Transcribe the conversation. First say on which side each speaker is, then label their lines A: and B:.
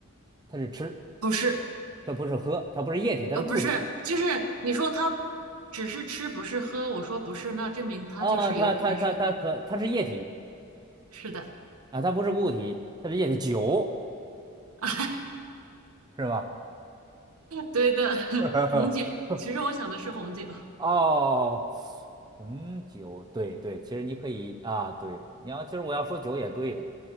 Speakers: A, on the right; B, on the right.
A: 它是吃，
B: 不是，
A: 它不是喝，它不是液体，它是固体
B: 呃不是，就是你说他只是吃不是喝，我说不是，那证明他就是有可能是喝，
A: 啊，它它它它可它是液体
B: 是的，
A: 啊，它不是固体，它是液体，酒
B: <laughs>
A: 是吧？
B: 对的，<laughs>
A: <laughs>
B: 红酒，其实我想的是红酒。
A: 哦，红酒，对对，其实你可以啊，对，你要其实我要说酒也对呀，